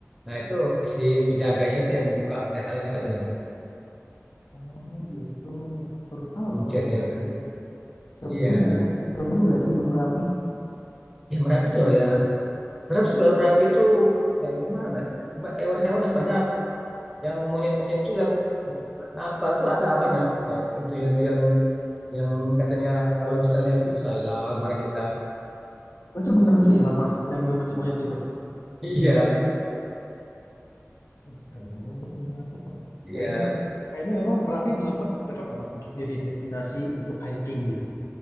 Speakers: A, in the centre; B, on the left.
A: Nah itu si penjaganya itu yang buka jalannya katanya,
B: oh gitu baru tahu
A: kuncinya
B: tuh mas dengar
A: itu.
B: gitu Serem
A: Iya,
B: juga ya. Serem juga itu Gunung Merapi.
A: ya Merapi tuh ya. Serem sih kalau Merapi itu kayak gimana? Ba- Hewan-hewan masih banyak. Yang monyet-monyet itu yang nakal itu ada banyak. Kayak itu itu yang yang katanya kalau misalnya itu bisa hilang barang kita.
B: Oh, itu beneran bisa hilang, Mas. Dan ambil monyet-monyet itu.
A: <laughs> Iya,
B: Wah, serem juga tuh Merapi tuh.
A: iya.
B: Kayaknya enggak. Kayaknya emang Merapi menurut Mas cocok nggak Mas untuk jadi destinasi untuk hiking gitu.